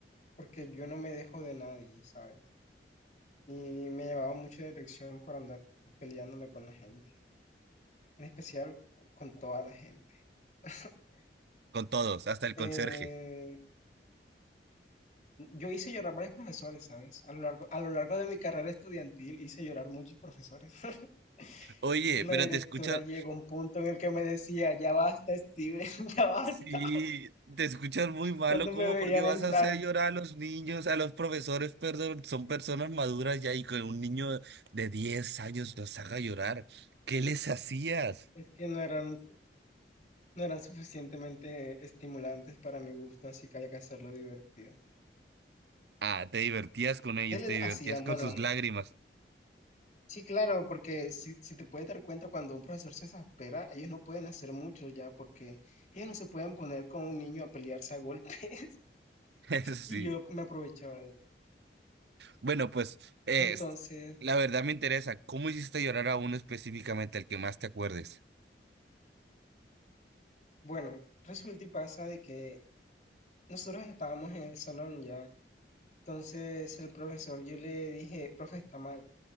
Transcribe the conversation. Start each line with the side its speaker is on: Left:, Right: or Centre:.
Left: Porque yo no me dejo de nadie, ¿sabes? y me llamaba mucho la dirección para andar peleándome con la gente, en especial con toda la gente. <laughs>
Right: Con todos, hasta el
Left: Eh,
Right: conserje.
Left: yo hice llorar varios profesores, ¿sabes? A lo largo, a lo largo de mi carrera estudiantil hice llorar muchos profesores. <laughs>
Right: Oye,
Left: La
Right: pero
Left: directora
Right: te escucho,
Left: llegó a un punto en el que me decía, ya basta, Steven, <laughs> ya basta.
Right: Sí, te escuchas muy malo,
Left: Cuando
Right: ¿cómo?
Left: me veían
Right: Porque vas
Left: entrar,
Right: a hacer llorar a los niños, a los profesores, perdón, son personas maduras ya y que un niño de 10 años los haga llorar. ¿Qué les hacías?
Left: es que no eran, no eran suficientemente estimulantes para mi gusto, así que había que hacerlo divertido.
Right: Ah, te divertías con ellos,
Left: ¿Qué les
Right: te divertías
Left: hacía? Bueno,
Right: con sus lágrimas.
Left: Sí, claro, porque si, si te puedes dar cuenta, cuando un profesor se exaspera, ellos no pueden hacer mucho ya, porque ellos no se pueden poner con un niño a pelearse a golpe. <laughs>
Right: <laughs> Eso sí.
Left: Y yo me aprovechaba de eso.
Right: Bueno, pues, es
Left: Entonces,
Right: la verdad me interesa, ¿cómo hiciste llorar a uno específicamente, el que más te acuerdes?
Left: bueno, resulta y pasa de que nosotros estábamos en el salón ya. Entonces el profesor, yo le dije, profe, está mal.